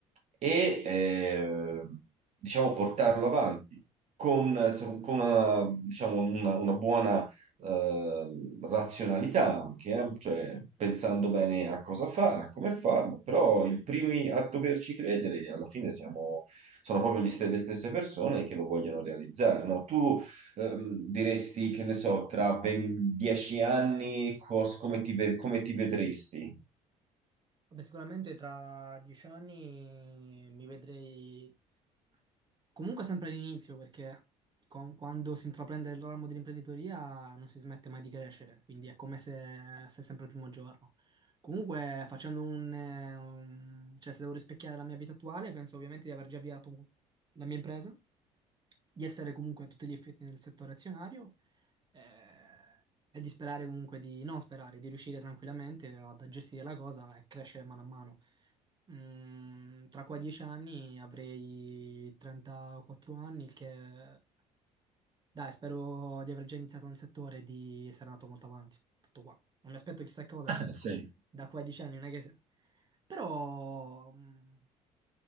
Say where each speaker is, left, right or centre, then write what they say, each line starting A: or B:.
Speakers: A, on the right; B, on the right.
A: e, eh, diciamo, portarlo avanti con, se- con una, diciamo, una- una buona, eh, razionalità anche, eh, Cioè, pensando bene a cosa fare, a come farlo, però i primi a doverci credere alla fine siamo, sono proprio gli ste- le stesse persone che lo vogliono realizzare, no? Tu ehm, diresti, che ne so, tra 20 10 anni cos- come ti, ve- come ti vedresti?
B: Vabbè, sicuramente tra dieci anni mi vedrei. Comunque sempre all'inizio, perché con- quando si intraprende il ramo dell'imprenditoria non si smette mai di crescere, quindi è come se sei sempre il primo giorno. Comunque, facendo un, eh, un- cioè se devo rispecchiare la mia vita attuale, penso ovviamente di aver già avviato la mia impresa, di essere comunque a tutti gli effetti nel settore azionario eh, e di sperare comunque di, non sperare, di riuscire tranquillamente ad a gestire la cosa e crescere mano a mano. Mm, tra qua dieci anni avrei 34 anni, il che dai, spero di aver già iniziato nel settore e di essere andato molto avanti. Tutto qua. Non mi aspetto chissà cosa
A: Ah,
B: perché
A: sì.
B: da qua a dieci anni non è che... Però... mm,